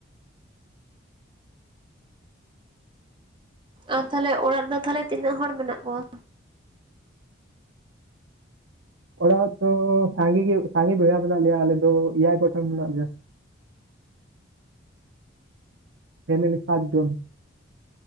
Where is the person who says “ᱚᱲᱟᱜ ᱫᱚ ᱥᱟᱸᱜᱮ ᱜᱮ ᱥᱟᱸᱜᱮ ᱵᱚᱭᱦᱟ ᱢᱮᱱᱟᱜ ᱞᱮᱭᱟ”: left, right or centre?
Right